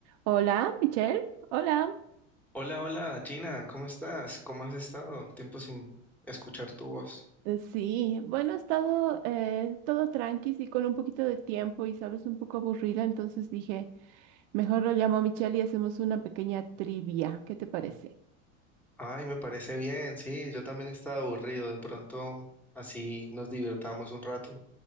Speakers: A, on the right; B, in the centre.
A: Hola, Michelle. Hola.
B: Hola, hola, Gina, ¿cómo estás? ¿Cómo has estado? Tiempo sin escuchar tu voz.
A: Eh, Sí, bueno, he estado eh, todo tranqui y con un poquito de tiempo y sabes, un poco aburrida, entonces dije, mejor lo llamo a Michelle y hacemos una pequeña trivia. ¿Qué te parece?
B: Ay, me parece bien, sí, yo también estaba aburrido, de pronto así nos divertamos un rato.